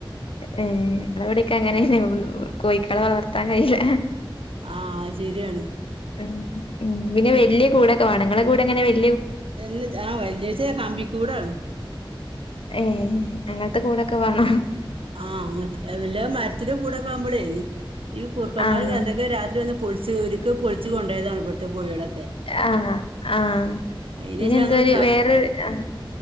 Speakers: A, on the left; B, on the right.
A: ഏ ഞങ്ങളിവിടേക്ക അങ്ങന കോഴിക്കളെ വളർത്താൻ കഴിയില്ല
B: ആ ശരിയാണ്
A: ഉ ഉം പിന്നെ വല്യയ കൂടൊക്കെ വാണം ങ്ങളെ കൂട് ങ്ങനെ വലി
B: എല്ല ആ വല്യജ് കമ്പിക്കൂടാണ്
A: ഏ അങ്ങനത്തെ കൂടൊക്കെ വാണൊ
B: ആഹ് വല്ല മരത്തിന്റെ കൂടൊക്കെ ആവുമ്പളേ ഈ കുർക്കന്മാര്
A: ആഹ്
B: ന്തക്കെ രാത്രി വന്ന് പൊൾച്ച് ഒരുക്ക് പൊൾച്ച് കൊണ്ടയതാണ് ഇവടത്തെ കോഴികളെ
A: ആ ആ
B: അയിനേഷം
A: പിന്നെ എന്തുവായി
B: ഞങ്ങൾ ക
A: വേറെ ആ